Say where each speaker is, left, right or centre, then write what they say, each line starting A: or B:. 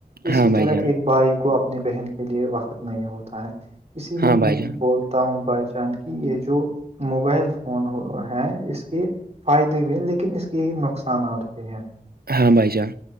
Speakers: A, on the right; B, on the right.
A: اسی
B: ہاں بھائی
A: طرح
B: جان ہاں بھائی جان
A: ایک بھائی کو اپنی بہن کے لیئے وقت نہیں ہوتا ہے اسی لیے
B: ہاں بھائی
A: میں
B: جان
A: بولتا ہوں بائی جانک یہ جو موبائل فون ہے اس کے فائدے بھی ہیں لیکن اس کے نقصانات بھی ہیں
B: ہاں بھائی جان